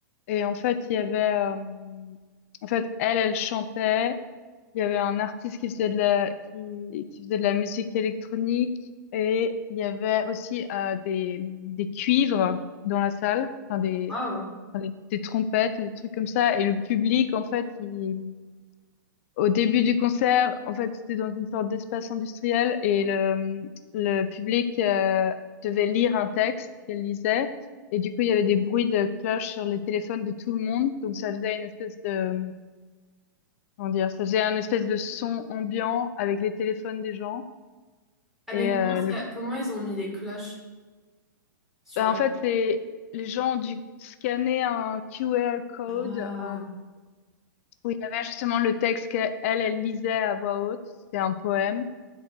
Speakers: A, on the left; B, in the centre.
A: et en fait, il y avait, euh, en fait, elle, elle chantait. Il y avait un artiste qui faisait de la, qui, qui faisait de la musique électronique. Et il y avait aussi euh, des, des cuivres dans la salle, enfin des,
B: Waouh.
A: enfin, des, des trompettes, des trucs comme ça. Et le public, en fait, il, au début du concert, en fait, c'était dans une sorte d'espace industriel et le, le public euh, devait lire un texte qu'elle lisait. Et du coup, il y avait des bruits de cloches sur les téléphones de tout le monde. Donc, ça faisait une espèce de, comment dire, ça faisait un espèce de son ambiant avec les téléphones des gens.
B: Ah,
A: Et
B: mais comment
A: euh, le,
B: ça- comment ils ont mis les cloches sur
A: bah,
B: leur
A: en fait, c'est, les gens ont dû scanner un QR code
B: Ah,
A: euh, où il y avait justement le texte qu'elle, elle lisait à voix haute. C'était un poème.